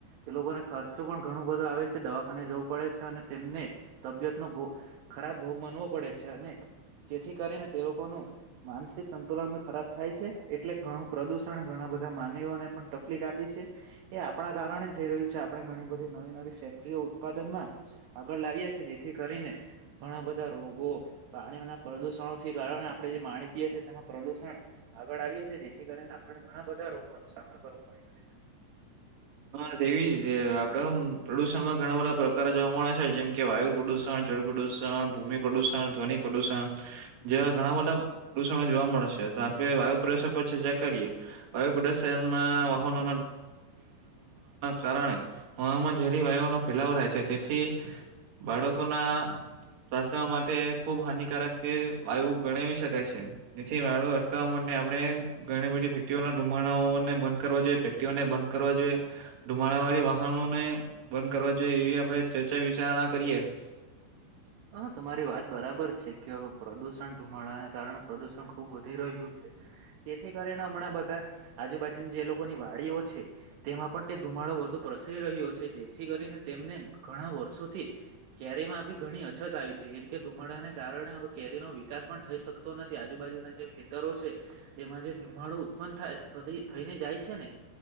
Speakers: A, on the right; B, on the right.
A: એ લોકોને ખર્ચો પણ ઘણો બધો આવે છે દવાખાને જવું પડે છે અને તેમને તબિયતનો ખરાબ ભોગ માનવો પડે છે અને જેથી કરીને તે લોકોનું માનસિક સંતુલન ખરાબ થાય છે એટલે ઘણું પ્રદૂષણ ઘણા બધા માનવીને પણ તકલીક આપી છે એ આપણા કારણે થઈ રહ્યું છે આપણે ઘણી બધી નવી નવી ફેક્ટરીઓ ઉત્પાદન માં આગળ લાવ્યા છે જેથી કરીને ઘણા બધા રોગો પ્રણી ના પ્રદુષણો થી કારણે આપણે જે પાણી પીએ છીએ તેમાં પ્રદુષણ આગળ આવ્યું છે જેથી કરીને પણ ઘણા બધા રોગો ન સામનો કરવો પડ્યો છે.
B: હા એવી રીતે આપડે પ્રદુષણમાં ઘણા બધા પ્રકારો જોવા મળે છે જેમ કે વાયુ પ્રદુષણડ પ્રદૂષણ ભૂમિ પ્રદૂષણ ધ્વનિ
A: છે.
B: પ્રદૂષણ જેવા ઘણા બધા પ્રદુષણો જોવા મળે છે તો આપે વાયુ પ્રદુષણ પર ચર્ચા કરીએ વાયુ પ્રદુષણમાં વાહનો કારણે હવામાં ઝેરી વાયુનો ફેલાવો થાય છે. બાળકોના રસ્તા માટે ખુબ હાનિકારક તે વાયુ ગણાવ શકાય છે એ નથી વાળું અટકાવવા માટે આપડે ઘણી બધી ફેક્ટરીઓ ના ધુમાડાને બંધ કરવા જોઈએ. તિઓને બંધ કરવા જોઈએ. ધુમાડા વાળી વાહનોને બંધ કરવા જોઈએ એવી આપણે ચર્ચા વિચારણા કરીએ. <inaudible>
A: હા તમારી વાત બરાબર છે કે પ્રદુષણ ધુમાડાને કારણે પ્રદુષણ ખુબ વધી રહ્યું છે તેથી કરી ણા બધા આજુબાજુની જે લોકોની વાડીઓ છે તેમાં પણ ધુમાડો વગ પ્રસરી રહ્યો છે જેથી કરીને તેમને ઘણા વર્ષોથી ક્યારેયમાં આપી. ઘણી અછત આવી છે એમ કે ધુમાડાને કારણે હવે કેરીનો વિકાસ પણ થઈ શકતો નથી આજુબાજુના જે ખેતરો છે તેમાં જે ધીમાડુ ઉત્પન્ન થ થઈને જાય છે ને.